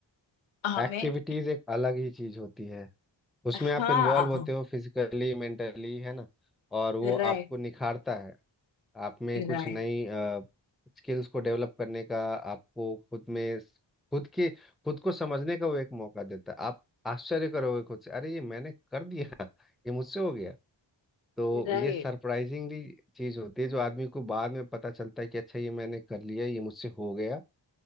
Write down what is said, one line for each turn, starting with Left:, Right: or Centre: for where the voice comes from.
Left: हमें
Centre: एक्टिविटीज एक अलग ही चीज होती है उसमें
Left: हाँ
Centre: आप इन्वॉल्व होते हो फिजिकली मेंटली है ना और वो
Left: Right
Centre: आपको निखारता है आप में कुछ
Left: right
Centre: नई स्किल्स को डेवलप करने का आपको खुद में खुद के खुद को समझने का वो एक मौका देता है आप आश्चर्य करोगे खुद से अरे ये मैंने कर दिया ये मुझसे हो गया तो
Left: right
Centre: ये सरप्राइजिंगली चीज होती है जो आदमी को बाद में पता चलता है कि अच्छा ये मैंने कर लिया ये मुझसे हो गया